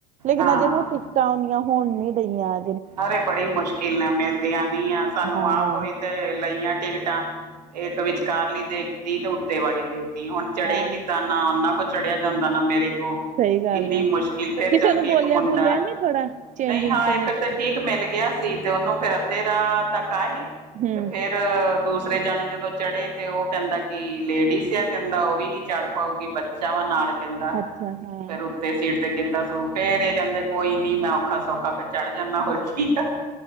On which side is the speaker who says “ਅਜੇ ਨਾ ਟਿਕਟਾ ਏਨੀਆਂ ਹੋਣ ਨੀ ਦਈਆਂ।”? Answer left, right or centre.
Right